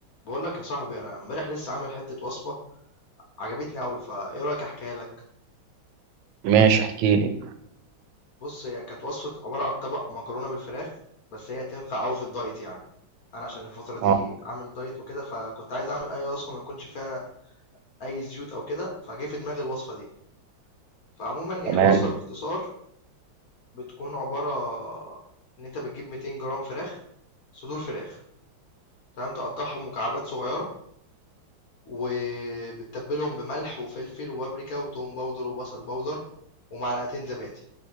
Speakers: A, on the left; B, on the right.
A: بقول لك يا صاحبي انا امبارح لسه عامل حته وصفه عجبتني قوي فايه رايك احكيها لك
B: ماشي احكي لي
A: بص هي كانت وصفه عباره عن طبق مكرونه بالفراخ بس هي تنفع قوي في الدايت يعني انا عشان الفتره دي
B: اه
A: عامل دايت وكده فكنت عايز اعمل اي وصفه ما يكونش فيها اي زيوت او كده فجه في دماغي الوصفه دي فعموما هي
B: تمام
A: الوصفه باختصار بتكون عباره ان انت بتجيب 200 جرام فراخ صدور فراخ تمام تقطعهم مكعبات صغيره وبتتبلهم بملح وفلفل وبابريكا وتوم باودر وبصل باودر ومعلقتين زبادي